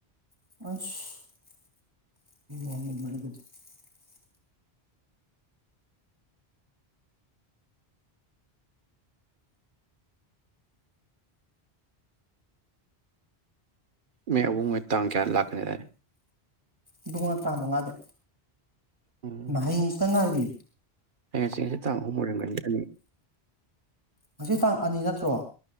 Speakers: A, on the right; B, on the right.
A: ꯑꯁ <unintelligible>
B: ꯃꯦ ꯑꯕꯨꯡꯉꯣ ꯍꯣꯢ ꯇꯥꯡ ꯀꯌꯥ ꯂꯥꯛꯀꯅꯤꯗꯥꯏꯅꯦ
A: ꯏꯕꯨꯉꯣꯅ ꯇꯥꯡ ꯃꯉꯥꯗ
B: ꯎꯝ
A: ꯃꯥ ꯍꯌꯦꯡ ꯍꯪꯆꯤꯠꯇ ꯉꯥꯏꯔꯦ <unintelligible>
B: <unintelligible> ꯑꯅꯤ
A: ꯉꯁꯤ ꯇꯥꯡ ꯑꯅꯤ ꯅꯠꯇ꯭ꯔꯣ